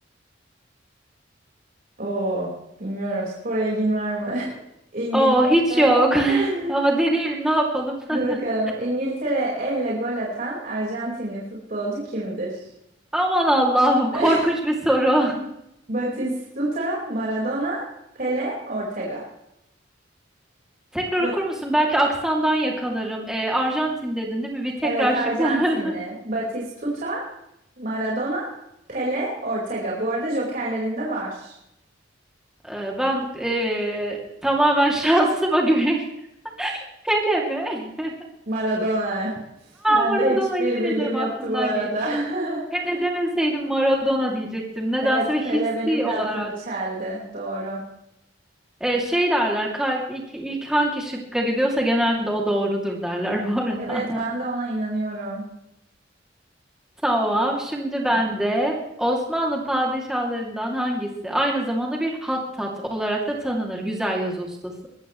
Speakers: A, on the right; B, in the centre.
A: Oo, bilmiyorum. Spora ilgin var mı? <laughs> İngiltere.
B: Oo hiç yok. <laughs>
A: <laughs>
B: Ama deneyelim ne yapalım. <laughs>
A: Hadi bakalım. İngiltere elle gol atan Arjantinli futbolcu kimdir?
B: Aman Allah'ım korkunç
A: <laughs>
B: bir soru.
A: Batistuta, Maradona, Pele, Ortega.
B: <laughs> Tekrar
A: Yok.
B: okur musun? Belki aksandan yakalarım. Ee, Arjantin dedin değil mi? Bir tekrar
A: Evet, Arjantinli.
B: şıklar. <laughs>
A: Batistuta, Maradona, Pele, Ortega. Bu arada jokerlerinde var.
B: Ee, ben ee, tamamen şansıma güveniyorum. <laughs> Pele mi? <laughs>
A: Maradona. <laughs> Ben
B: Maradona
A: de hiçbir
B: yemin
A: bilgim
B: ederim
A: yoktu
B: aklımdan
A: bu arada.
B: geçti.
A: <laughs>
B: Hele demeseydim Maradona diyecektim. Nedense
A: Evet,
B: bir
A: Pele
B: hissi
A: benim de
B: olarak.
A: aklımı çeldi. Doğru.
B: Ee, şey derler kalp ilk, ilk hangi şıkka gidiyorsa genelde o doğrudur derler bu arada.
A: Evet, ben de ona inanıyorum.
B: <laughs> Tamam şimdi ben
A: Tamam.
B: de Osmanlı padişahlarından hangisi aynı zamanda bir hattat olarak da tanınır güzel yazı ustası.